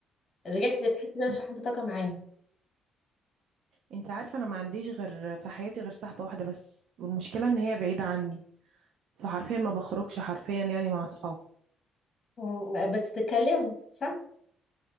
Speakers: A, on the left (about 30°); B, on the right (about 65°).
A: رجعت تحسي ان انا
B: ان-
A: شحنت طاقه معاهم
B: انت عارفة انا ما عنديش غير في حياتي غير صاحبة واحدة بس والمشكلة ان هي بعيدة عني فحرفيا ما بخرجش حرفيا يعني مع اصحابي
A: و- بس تتكلموا صح